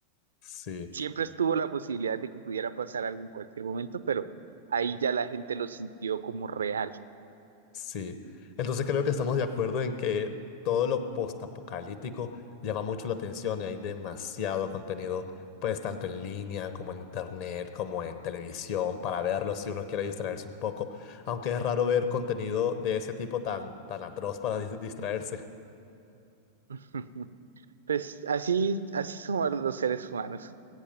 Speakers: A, on the left (about 45°); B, on the right (about 70°).
A: Sí.
B: Siempre estuvo la posibilidad de que pudiera pasar algo en cualquier momento, pero ahí ya la gente lo sintió como real.
A: Sí, entonces creo que estamos de acuerdo en que todo lo postapocalíptico llama mucho la atención y hay demasiado contenido, pues tanto en línea como en internet, como en televisión, para verlo si uno quiere distraerse un poco, aunque es raro ver contenido de ese tipo tan, tan atroz para dis- distraerse.
B: <laughs> Pues así, así somos los seres humanos.